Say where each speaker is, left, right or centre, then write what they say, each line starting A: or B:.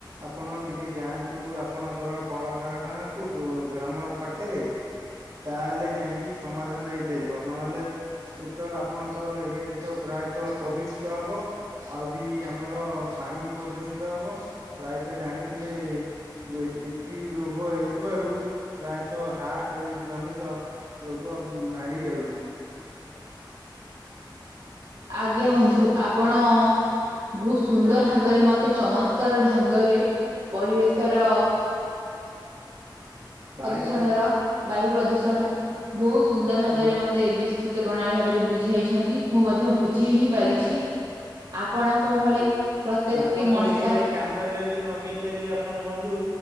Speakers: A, on the right; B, on the right.
A: ଆପଣ ଟିକେ ଯାଆନ୍ତୁ ଆପଣଙ୍କର କଳକାରାଖାନାକୁ ଗ୍ରାମ ପାଖରେ। ତାହେଲେ ଯାଇକି ସମାଧାନ ହେଇପାରିବ। ନହେଲେ ଏ ତ ଆପଣଙ୍କର ଏରିଆରେ ତ ପ୍ରାୟତଃ ପ୍ରଦୂଷିତ ହେବ। ଆଉ ବି ଆମର ପାଣି ପ୍ରଦୂଷିତ ହବ ପ୍ରାୟତଃ ଜାଣିଥିବେ ମୁଁ ହେଲି ଏତିକି ରୋଗ ହେଇଥିବାରୁ ପ୍ରାୟତଃ ହାର୍ଟ ଜନିତ ରୋଗ ମାଡ଼ି ଯାଉଚି।
B: ଆଜ୍ଞା ବନ୍ଧୁ ଆପଣ ବହୁତ ସୁନ୍ଦର ଭାବରେ ମତେ ଚମତ୍କାର ଢଙ୍ଗରେ ପରିବେଶର
A: ବାୟୁ
B: ପ୍ରଦୂଷଣର ବାୟୁ ପ୍ରଦୂଷଣ ବହୁତ ସୁନ୍ଦର ଭାବରେ
A: ସୁର
B: ମ ମତେ ବିସ୍ତୃତ ପ୍ରଣାଳୀ ଭାବରେ ବୁଝାଇଛନ୍ତି। ମୁଁ ମଧ୍ୟ ବୁଝି ହିଁ ପାରିଛି। ଆପଣଙ୍କ ଭଳି ପ୍ରତ୍ୟେକଟି
A: ଆପଣଙ୍କ
B: ମଣିଷ
A: ଏରିଆରେ କାମରେ ଯଦି ନଗେଇ ପାରିବେ ଆପଣ ବନ୍ଧୁ